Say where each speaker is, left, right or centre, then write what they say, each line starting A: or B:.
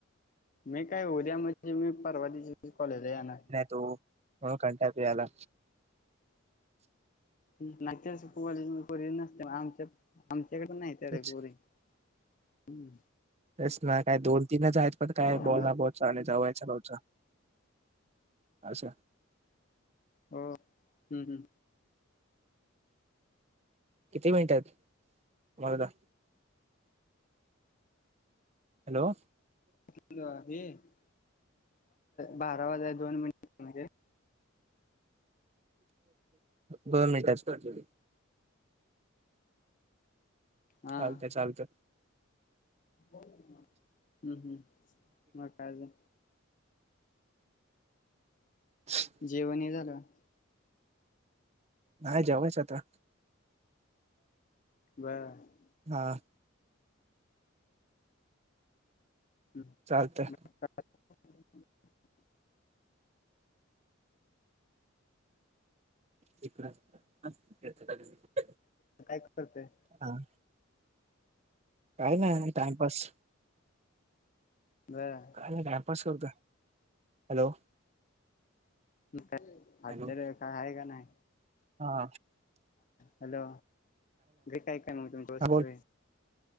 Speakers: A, on the left; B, on the right.
A: मी काय उद्या म्हणजे मी परवादीशीचं कॉलेजला येणार.
B: तो म्हणून कंटाळ येतो याला.
A: <unintelligible> आमच्या आमच्याकडे नाहीत. तेडे
B: तेच
A: कोरी हम्म.
B: तेच ना, काय दोन तीनच आहेत पण काय
A: त्यामुळं
B: बोल <unintelligible> अच्छा.
A: हो, हम् हम्.
B: किती मिनिटं हायत बारा. हॅलो.
A: हम्म हे बारा वाजाय दोन मिनिट
B: दोन मिनिटं असुदे.
A: हा
B: चालतंय चालतंय.
A: हम्म.. हम्म.. मग काय अजून,
B: <inaudible>
A: जेवण हे झालं का?
B: हा, जेव्हायचं आता.
A: <unintelligible>
B: आं..
A: हं.
B: चालतंय.
A: <unintelligible>
B: <unintelligible>
A: काय करते.
B: हा काय नाही टाइमपास.
A: बरं.
B: टाइम पास करतोय. हॅलो,
A: मग काय, आज
B: हॅलो
A: तर काय हाय कणी.
B: हा.
A: हॅलो, गे काय काय मग तुमच्या वस्तू
B: हा बोल
A: आहे.